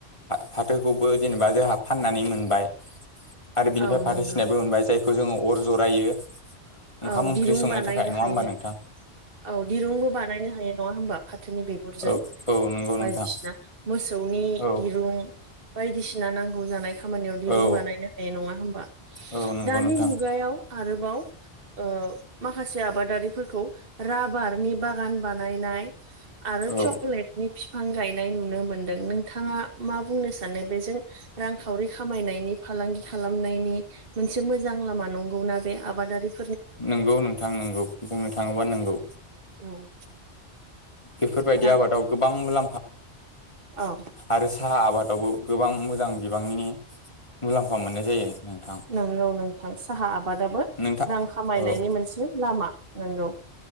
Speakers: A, on the left; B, on the right.
A: फाथोखौबो जेनेबा जोंहा फाननानै मोनबाय। आरो बिनिफ्राय
B: औ
A: फाथो
B: नंगौ
A: सिनायबो मोनबाय जायखौ जोङो अर जरायो। ओंखाम
B: औ
A: ओंख्रि
B: दिरुं
A: संनो
B: बानायनो
A: थाखाय नङा
B: हायो
A: होमबा नोंथां।
B: औ दिरुंबो बानायनो हायो नङा होनबा फाथोनि बिगुरजों
A: औ औ नंगौ
B: बायदिसिना
A: नोंथां
B: मोसौ। नि
A: औ
B: दिरुं बायदिसिना नांगौ जानाय खा खामानियाव दिरुं
A: औ
B: बानायनो हाय नङा होमबा
A: औ नंगौ
B: दानि
A: नोंथां
B: मुगायाव आरोबाव ओ माखासे आबादारिफोरखौ राबारनि बागान बानायनाय। आरो
A: औ
B: चकलेटनि बिफां गायन नाय नुनो मोनदों नोंथाङा मा बुंनो सानो बेजों रांखावरि खामायनायनि फालांगि खा नायनि मोनसे मोजां लामा नंगौना बे आबादारिफ
A: नंगौ नोंथां नोंगौ बुंनो थाङोबा नंगौ।
B: औ
A: बेफोरबायदि
B: रां
A: आबादाव गोबां मुलाम्फा
B: औ
A: आरो साहा आबादावबो गोबां मोजां बिबांनिनो मुलाम्फा मोननाय जायो। नोंथां
B: नोंगौ नोंथां साहा आबादाबो
A: नोंथां
B: रां खामायनायनि
A: औ
B: मोनसे लामा नोंगौ।